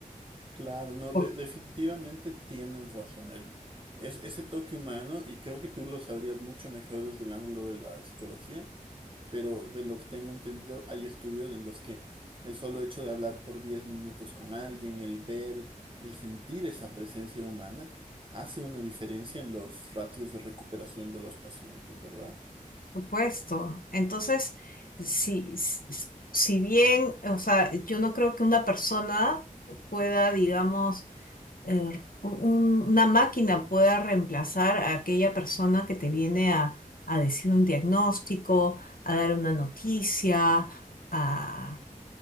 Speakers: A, on the right (about 35°); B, on the left (about 75°).
A: Claro, no,
B: Por
A: de- definitivamente tienen razón. El, es, ese toque humano, y creo que tú lo sabrías mucho mejor desde el ángulo de la psicología, pero de lo que tengo entendido, hay estudios en los que el solo hecho de hablar por 10 minutos con alguien, el ver, el sentir esa presencia humana, hace una diferencia en los ratios de recuperación de los pacientes, ¿verdad?
B: supuesto. Entonces, si, si si bien, o sea, yo no creo que una persona pueda, digamos, er- un- una máquina pueda reemplazar a aquella persona que te viene a, a decir un diagnóstico, a dar una noticia, a,